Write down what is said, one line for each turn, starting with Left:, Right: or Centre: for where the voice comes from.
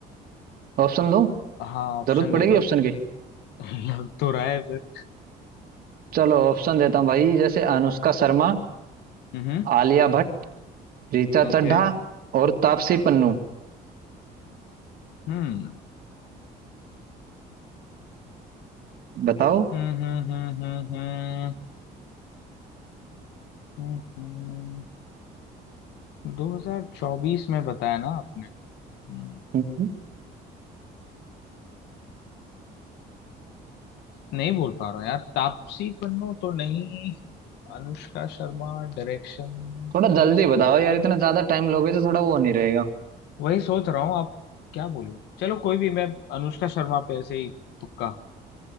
Right: ऑप्शन दूं
Left: हाँ ऑप्शन
Right: जरूरत पड़ेगी
Left: दे दो
Right: ऑप्शन की
Left: <laughs> लग तो रहा है फिर
Right: चलो ऑप्शन देता हूँ भाई जैसे अनुष्का शर्मा
Left: हम्म
Right: आलिया भट्ट ऋचा
Left: ओके
Right: चड्ढा और तापसी पन्नू
Left: हम्म
Right: बताओ
Left: हम्म हम्म हम्म हम्म हम्म हम्म दो हजार चौबीस में बताया ना आपने हम्म,
Right: हम्म।
Left: नहीं बोल पा रहा हूँ यार तापसी पन्नू तो नहीं अनुष्का शर्मा डायरेक्शन
Right: थोड़ा
Left: तो
Right: जल्दी
Left: ऐस-
Right: बताओ यार इतना ज्यादा टाइम लोगे तो थोड़ा वो नहीं रहेगा
Left: वही सोच रहा हूँ आप क्या बोलूं चलो कोई भी मैं अनुष्का शर्मा पे ऐसे ही तुक्का